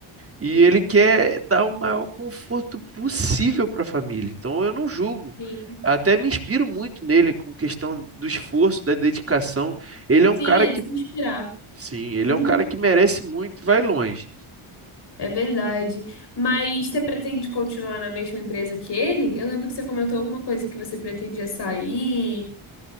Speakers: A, on the right; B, on the left.
A: E
B: sim,
A: ele quer dar o maior conforto possível para a família. Então eu não julgo.
B: sim.
A: Até me inspiro muito nele com questão do esforço, da dedicação. Ele é um
B: Sim,
A: cara
B: é
A: que,
B: de se inspirar.
A: sim, ele
B: Uhum.
A: é um cara que merece muito, e vai longe.
B: É verdade. Mas você pretende continuar na mesma empresa que ele? Eu lembro que você comentou alguma coisa que você pretendia sair.